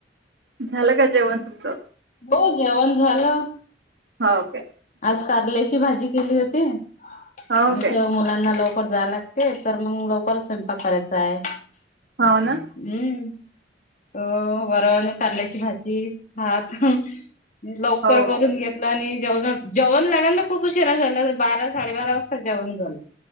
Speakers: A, on the right (about 75°); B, on the left (about 45°).
A: झालं का जेवण तुमचं?
B: हो जेवण झालं
A: हो ओके
B: आज कारल्याची भाजी केली होती.
A: हो
B: जस
A: काय
B: मुलांना लवकर जायला लागते तर मग लवकरच स्वयंपाक करायचा आहे.
A: हो ना
B: हम् हो वरण कारल्याची भाजी भात लवकर
A: हो ओके
B: करून घेतल आणि जेव ग जेवण लागा ना खूप उशिरा झाला बारा साडे बारा वाजता जेवण झालं.